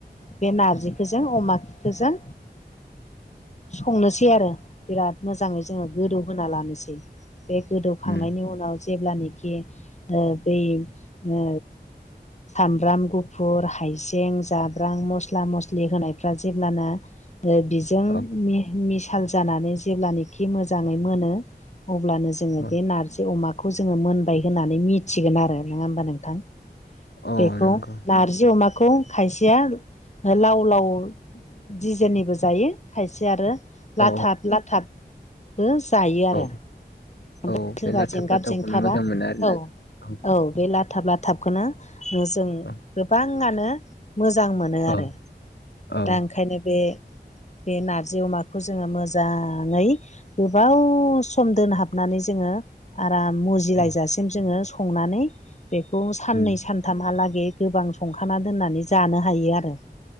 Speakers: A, on the left; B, on the left.
A: बे नारजिखो जों अमाखो जों संनोसै आरो बिराद मोजाङै जोङो गोदौहोना लानोसै। बे गोदौखांनायनि
B: उम
A: उनाव जेब्लानोखि ओ बै ओ सामब्राम गुफुर, हाइजें, जाब्रां, मस्ला मस्लि होनायफ्रा जेब्लाना ओ बिज जों
B: औ
A: मि मिसाल जानानै जेब्लनोखि मोजाङै मोनो अब्लानो जो जोङो
B: औ
A: बे नारजि अमाखौ जोङो मोनबाय होननानै मिथिगोन आरो नोङा होमबा नोंथां।
B: औ
A: बेखौ
B: नंगौ
A: नारजि अमाखौ खायसेया लाव लाव दिजेननिबो जायो खायसे आरो लाथाब
B: औ
A: लाथाब बो जायो आरो
B: औ
A: ओमफाय
B: औ
A: सोरबा
B: बे लाथाब
A: जेंगाब
B: लाथाबखौनो
A: जेंथाबा
B: मोजां मोनो आरोना
A: औ
B: जों
A: औ बे लाथाब लाथाबखोनो जों
B: औ
A: गोबाङानो मोजां मोनो
B: औ
A: आरो।
B: औ
A: दा ओंखायनो बे बे नारजि अमाखो जोङो मोजाङै गोबाव सम दोनहाबनानै जोङो आराम मुज जिलाइजासिम
B: औ
A: जोङो संनानै बेखौ साननै
B: उम
A: सान थामहालागै गोबां संखाना दोननानै जानो हायो आरो।